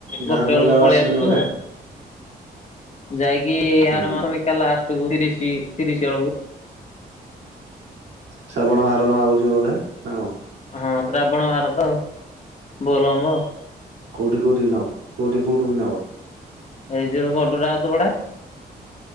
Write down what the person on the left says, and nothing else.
ଗୋଟେ
ବେଳକୁ
ପଳେଇ
ଆସଛୁ।
ଯାଇ ଆ
ଆର ମାସିକଲା ଲାଷ୍ଟକୁୁ ତିରିଶି ତିରିଶି ଅଳଗୁ।
ହଁ ଶ୍ରାବଣ ଭାର ତ ବୋଲବ।
ଏଇ ଯ କଟଣ୍ଡନ୍ତିବଡ।